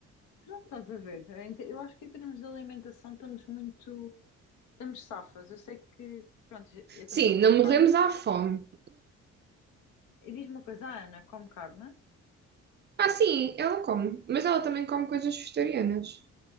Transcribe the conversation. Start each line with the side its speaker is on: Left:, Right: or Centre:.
Left: Pronto, estás a ver. Em te- Eu acho que em termos de alimentação estamos muito. Estamos safas. Eu sei que. Pronto, eu também
Right: Sim,
Left: não como
Right: não morremos
Left: carne.
Right: à fome.
Left: E diz-me uma coisa, a Ana come carne?
Right: Ah, sim, ela come. Mas ela também come coisas vegetarianas.